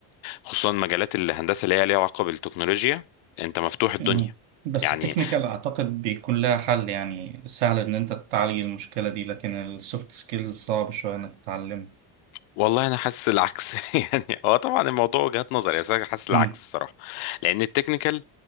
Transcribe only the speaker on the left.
خصوصا مجالات الهندسه اللي هي ليها علاقه بالتكنولوجيا انت مفتوح الدنيا
يعني
والله انا حاسس العكس <laughs> يعني هو طبعا الموضوع وجهات نظر بس انا حاسس
العكس الصراحه لان التكنيكال